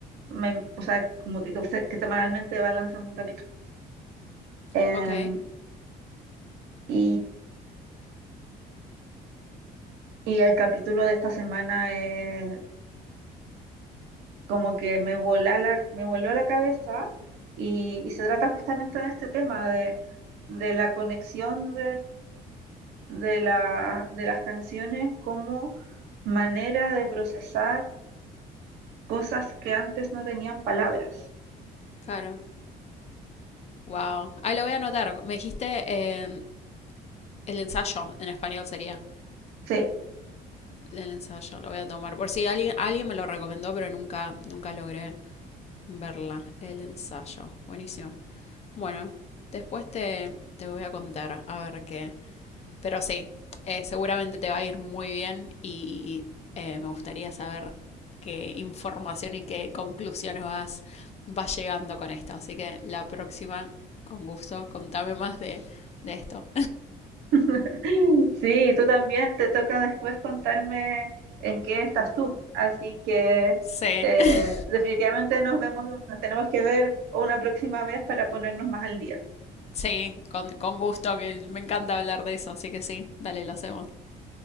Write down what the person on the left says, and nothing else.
ok,
claro. Wow. Ahí lo voy a anotar. Me dijiste eh, el ensayo, en español sería.
El ensayo, lo voy a tomar. Por si alguien, alguien me lo recomendó, pero nunca, nunca logré verla. El ensayo. Buenísimo. Bueno, después te, te voy a contar a ver qué. Pero sí, eh, seguramente te va a ir muy bien y eh, me gustaría saber qué información y qué conclusiones vas, vas llegando con esto. Así que la próxima, con gusto, contame más de, de esto.
Sí,
<laughs>
sí, con, con gusto, que me encanta hablar de eso, así que sí, dale, lo hacemos.